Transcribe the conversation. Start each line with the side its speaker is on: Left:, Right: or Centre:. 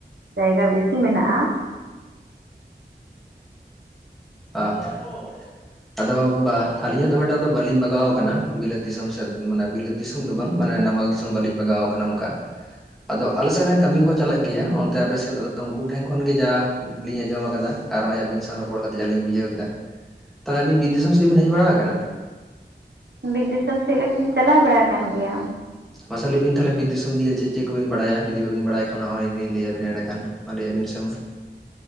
Right: ᱡᱟᱭᱜᱟ ᱵᱮᱥᱤ ᱢᱮᱱᱟᱜᱼᱟ ᱾
Centre: ᱦ <unintelligible> ᱟᱫᱚ ᱟᱹᱞᱤᱧ ᱦᱚᱸ ᱫᱚᱢᱮᱴᱟᱜ ᱫᱚ ᱵᱟᱹᱞᱤᱧ ᱵᱟᱜᱟᱣ ᱟᱠᱟᱱᱟ ᱵᱤᱞᱟᱹᱫ ᱫᱤᱥᱚᱢ ᱥᱮᱫ ᱢᱟᱱᱮ ᱵᱟᱞᱟᱹᱫ ᱫᱤᱥᱚᱢ ᱫᱤᱥᱚᱢ ᱫᱚ ᱵᱟᱝ ᱢᱟᱱᱮ ᱱᱟᱢᱟᱞ ᱫᱤᱥᱚᱢ ᱵᱟᱹᱞᱤᱧ ᱵᱟᱜᱟᱣ ᱟᱠᱟᱱᱟ ᱚᱱᱠᱟ ᱟᱫᱚ ᱟᱞᱮᱥᱮᱫ ᱨᱮᱱ ᱠᱟᱹᱢᱤ ᱠᱚ ᱪᱟᱞᱟᱜ ᱜᱮᱭᱟ ᱚᱱᱛᱮ ᱟᱯᱮᱥᱮᱫ ᱫᱚ ᱩᱱᱠᱩ ᱴᱷᱮᱱ ᱠᱷᱚᱱ ᱜᱮ ᱡᱟ ᱞᱤᱧ ᱟᱸᱡᱚᱢ ᱟᱠᱟᱫᱟ ᱟᱨ ᱱᱚᱜᱼᱚᱭ ᱟᱵᱤᱱ ᱥᱟᱶ ᱨᱚᱯᱚᱲ ᱠᱟᱛᱮ ᱡᱟ ᱞᱤᱧ ᱵᱩᱡᱷᱟᱹᱣ ᱠᱮᱫᱟ ᱛᱟᱦᱞᱮ ᱟᱹᱵᱤᱱ ᱵᱤᱨ ᱫᱤᱥᱚᱱ ᱥᱮᱫ ᱵᱤᱱ ᱦᱮᱡ ᱵᱟᱲᱟ ᱟᱠᱟᱱᱟ
Right: ᱵᱤᱨ ᱫᱤᱥᱚᱱ ᱥᱮᱫ ᱦᱚᱸ ᱞᱤᱧ ᱪᱟᱞᱟᱣ ᱵᱟᱲᱟ ᱟᱠᱟᱱ ᱜᱮᱭᱟ
Centre: ᱢᱟᱥᱮ ᱞᱟᱹᱭ ᱵᱤᱱ ᱛᱟᱦᱞᱮ ᱵᱤᱨ ᱫᱤᱥᱚᱢ ᱤᱫᱤ ᱠᱟᱛᱮ ᱪᱮᱫ ᱪᱮᱫ ᱠᱚᱵᱤᱱ ᱵᱟᱰᱟᱭᱟ ᱡᱩᱫᱤ ᱵᱟᱵᱤᱱ ᱵᱟᱲᱟᱭ ᱠᱷᱟᱱ ᱚᱱᱟ ᱦᱚᱸ ᱟᱞᱤᱧ ᱞᱤᱧ ᱞᱟᱹᱭ ᱟᱵᱤᱱᱟ ᱮᱸᱰᱮ ᱠᱷᱟᱱ ᱢᱟ ᱞᱟᱹᱭ ᱵᱤᱱ ᱥᱮ ᱢᱟ